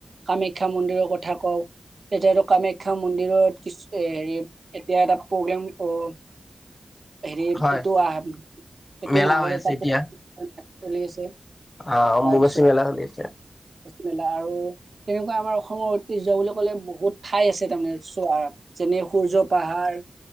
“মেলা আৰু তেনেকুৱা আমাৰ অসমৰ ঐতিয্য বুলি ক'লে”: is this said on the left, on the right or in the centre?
Right